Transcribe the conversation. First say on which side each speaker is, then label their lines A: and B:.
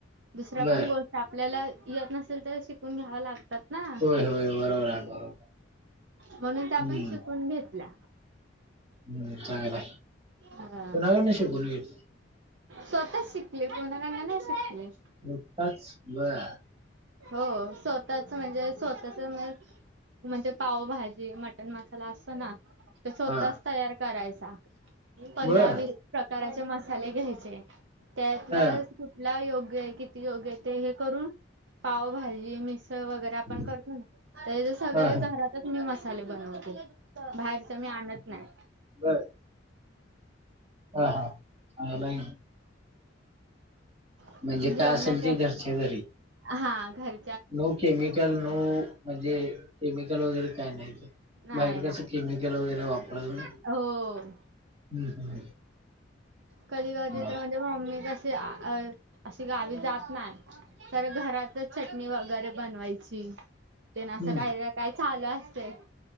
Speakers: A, on the right; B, on the right.
A: दुसऱ्या
B: बर
A: पण गोष्ट आपल्याला येत नसेल तर शिकून घ्याव्या लागतात आ
B: होय होय बरोबर आहे बरोबर
A: म्हणून
B: हम्म
A: आपण शिकून घेतला
B: हम्म चांगलं आहे
A: हा.
B: कुणाला कढणं शिकून घ्याय
A: स्वतःच शिकले कोणा कडन नाही शिकले
B: मोठताच वळ
A: हो स्वतःच म्हणजे स्वतःच म म्हणजे पावभाजी मटण मसाला असतो ना ते स्वतःच
B: हा
A: तयार करायचा पंधरा
B: बर
A: वीस प्रकाराचे मसाले घ्यायचे त्यातला
B: हा
A: कुठला योग्य आहे किती योग्य आहे ते हे करून पावभाजी मिस तळ वगैरे आपण
B: हा
A: करतो ना त्याज्या सगळे
B: हा
A: घरात त्यात मी मसाले बनवते बाहेरच मी आणत नाही.
B: बरं. आ हा चांगलाय मग.
A: नाही
B: म्हणजे
A: जेवणाच्या
B: काय असेल ती घरच्या घरी
A: हा घरी
B: नो केमिकल नो म्हणजे केमिकल वगैरे काय नाय ते
A: नाही
B: बाहेर
A: नाही
B: कसं केमिकल वगैरे वापरलं ना.
A: हो.
B: हम्म हम्म
A: कधी
B: चांगलं
A: कधी तर
B: आहे.
A: म्हणजे मम्मी कशी अ अशी गावी जात नाय. तर घरातच चटणी वगैरे बनवायची. ते ना असं
B: हम्म
A: काय रे काय चालं असते